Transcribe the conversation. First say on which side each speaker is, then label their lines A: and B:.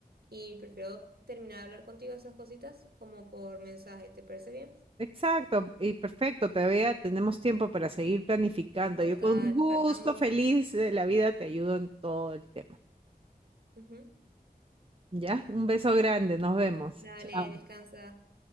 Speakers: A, on the right (about 75°); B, on the right (about 35°).
A: y prefiero terminar de hablar contigo de esas cositas como por mensaje, ¿te parece bien?
B: Exacto, y perfecto, todavía tenemos tiempo para seguir planificando.
A: Total,
B: Yo con gusto,
A: falta mucho.
B: feliz de la vida, te ayudo en todo el tema.
A: Ujú.
B: ¿Ya? Un beso grande, nos vemos.
A: Dale,
B: Chao.
A: descansa.